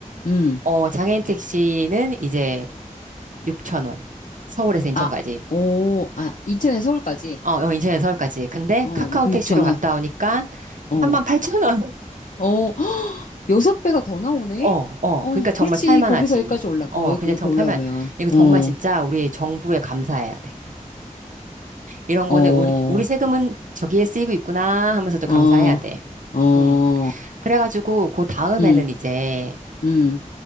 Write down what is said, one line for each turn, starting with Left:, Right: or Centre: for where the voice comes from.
Left: 음.
Right: 어 장애인 택시는 이제 6천 원. 서울에서 인천까지.
Left: 아, 오, 아, 인천에서 서울까지?
Right: 어, 어, 인천에서 서울까지. 근데
Left: 어,
Right: 카카오
Left: 육천원
Right: 택시로 갔다 오니까
Left: 어
Right: 3만 팔천 원.
Left: 어, <gasps> 여섯 배가 더 나오네?
Right: 어, 어.
Left: 어,
Right: 그러니까 정말
Left: 그렇지.
Right: 탈만하지.
Left: 거기서 여기까지 올라,
Right: 어,
Left: 어, 여기,
Right: 그냥
Left: 여기
Right: 정말
Left: 올라오면,
Right: 탈만. 이거
Left: 어,
Right: 정말 진짜 우리 정부에 감사해야 돼. 이런
Left: 어,
Right: 거는 우리, 우리 세금은 저기에 쓰이고 있구나 하면서도
Left: 어,
Right: 감사해야 돼.
Left: 어,
Right: 음. 그래가지고, 그 다음에는
Left: 음,
Right: 이제,
Left: 음,